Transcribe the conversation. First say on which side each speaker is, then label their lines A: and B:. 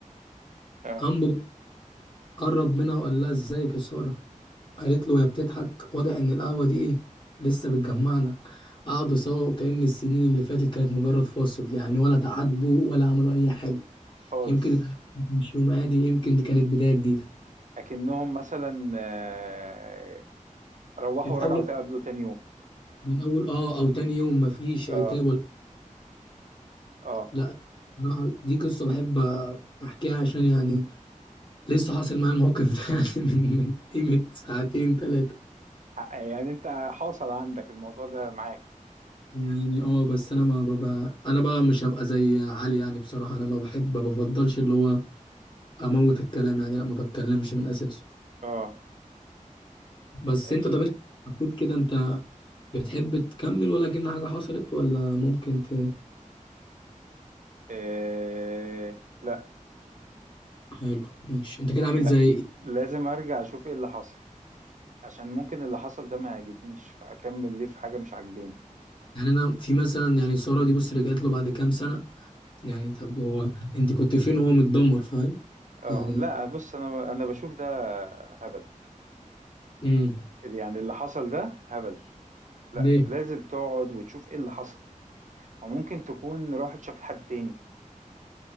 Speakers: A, on the right (about 65°); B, on the left (about 35°).
A: اه
B: قام قرب منها وقال لها ازيك يا سارة قالت له يا بتضحك واضح ان القهوة دي ايه لسه بتجمعنا قعدوا سوا وكأن السنين اللي فاتت كانت مجرد فاصل يعني ولا تعاتبوا ولا عملوا أي حاجة
A: خالص
B: يمكن <laughs> مش يوم عادي يمكن دي كانت بداية جديدة
A: اكنهم مثلا آه، روحوا
B: يتقابلوا
A: ورجعوا تقابلوا تاني يوم
B: من اول اه او تاني يوم مفيش
A: اه
B: عتاب ولا
A: اه
B: لا بصراحة دي قصه بحب احكيها عشان يعني لسه حاصل معايا الموقف ده <laughs> يعني من من قيمه ساعتين ثلاثه
A: يعني انت حاصل عندك الموضوع ده معاك
B: يعني اه بس انا ما ببقى انا بقى مش هبقى زي علي يعني بصراحه انا ما بحب ما بفضلش اللي هو اموت الكلام يعني لا ما بتكلمش من اساسه
A: اه
B: بس
A: ماشي
B: انت طب انت حطيت كده انت بتحب تكمل ولا كأن حاجه حصلت ولا ممكن ت...
A: آه، لا
B: حلو ماشي انت كده عامل
A: لا
B: زي
A: لازم ارجع اشوف ايه اللي حصل عشان ممكن اللي حصل ده ما يعجبنيش فاكمل ليه في حاجة مش عاجباني
B: يعني انا في مثلا يعني ساره دي بص رجعت له بعد كام سنه يعني طب هو انت كنت فين وهو متدمر فاهم
A: اه
B: يعني
A: لا بص انا انا بشوف ده هبل
B: امم
A: يعني اللي حصل ده هبل لا
B: ليه
A: لازم تقعد وتشوف ايه اللي حصل وممكن تكون راحت شافت حد تاني